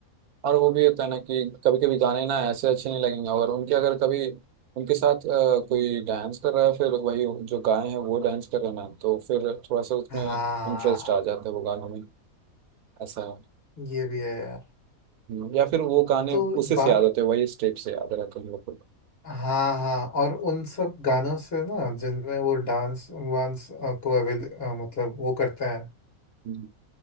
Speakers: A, on the right; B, on the left.
A: और वो भी होता है ना कि कभी कभी गाने ना ऐसे अच्छे नहीं लगेंगे और उनके अगर कभी उनके साथ अ, कोई डांस कर रहा है फिर वही जो गाए हैं वो डांस कर रहे हैं ना तो फिर थोड़ा सा उसमें
B: हाँ
A: इंटरेस्ट आ जाता है वो गानों में ऐसा है
B: ये भी है यार
A: हम्म, या फिर वो गाने
B: तो
A: उसी से
B: बात
A: याद होते हैं वही स्टेप से याद रहते हैं हम लोग
B: हाँ हाँ और उन सब गानों से ना जिनमें वो डांस वांस अ, को अवेल अ, मतलब वो करते हैं
A: को